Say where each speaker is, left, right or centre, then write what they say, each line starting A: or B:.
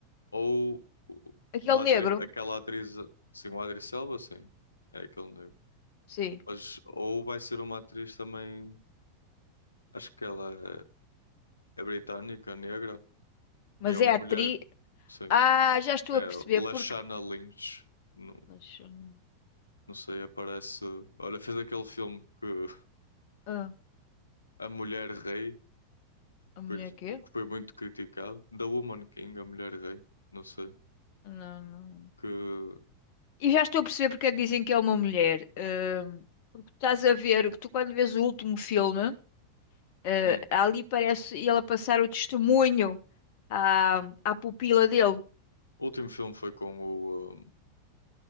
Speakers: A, on the left; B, on the left.
A: Ou
B: Aquele
A: uma atri-
B: negro.
A: aquela atriz, sim, o Adri Selva, sim, é aquele negro.
B: Sim.
A: Mas, ou vai ser uma atriz também, acho que ela é, é britânica, negra,
B: Mas
A: e é uma
B: é atriz.
A: mulher, sim.
B: Ah, já estou
A: É
B: a perceber
A: Lashana
B: porque.
A: Lynch, não,
B: Deixa eu não-
A: não sei, aparece. Olha, fez aquele filme que <laughs>
B: Ah,
A: A Mulher Rei,
B: a mulher
A: pois,
B: quê?
A: que foi muito criticado, The Woman King, A Mulher Rei, não sei,
B: Não, não.
A: que.
B: E já estou a perceber porque é que dizem que é uma mulher. Ahm, porque estás a ver, que tu quando vês o último filme, ah,
A: hum,
B: ali parece ele a passar o testemunho à, à pupila dele.
A: O último filme foi com o, hum,